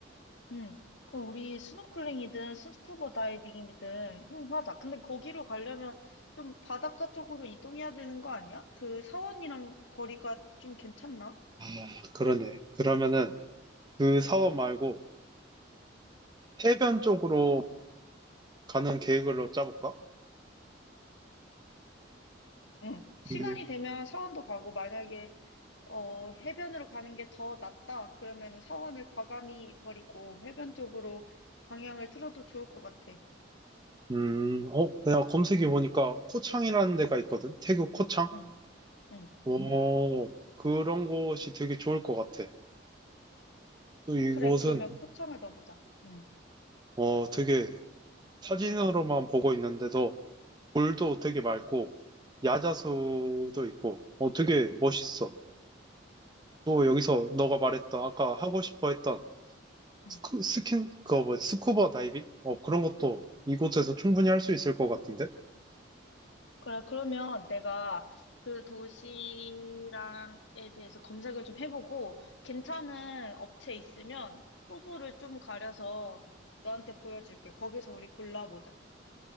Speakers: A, on the left; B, on the right.
A: 응. 그럼 우리 스노클링이든 스쿠버 다이빙이든 한번 하자. 근데 거기로 가려면 좀 바닷가 쪽으로 이동해야 되는 거 아니야? 그 사원이랑 거리가 좀 괜찮나?
B: 아, 그러네. 그러면은 그 사업 말고 해변 쪽으로 가는 계획으로 짜볼까?
A: 응. 시간이
B: 음,
A: 되면 사원도 가고 만약에 어 해변으로 가는 게 더 낫다. 그러면 사원을 과감히 버리고 해변 쪽으로 방향을 틀어도 좋을 것 같아.
B: 음, 어, 내가 검색해 보니까 코창이라는 데가 있거든. 태국 코창?
A: 응. 응.
B: 오, 그런 곳이 되게 좋을 것 같아. 또 이곳은,
A: 그래. 그러면 코창을 넣어보자. 응.
B: 어, 되게 사진으로만 보고 있는데도 물도 되게 맑고, 야자수도 있고, 어, 되게 멋있어.
A: 응.
B: 또 여기서 너가 말했던, 아까 하고 싶어 했던
A: 응.
B: 스쿠, 스킨, 그거 뭐, 스쿠버 다이빙? 어, 그런 것도 이곳에서 충분히 할 수 있을 것 같은데?
A: 그래, 그러면 내가 그 도시랑에 대해서 검색을 좀 해보고, 괜찮은 업체 있으면 후보를 좀 가려서 너한테 보여줄게. 거기서 우리 골라보자.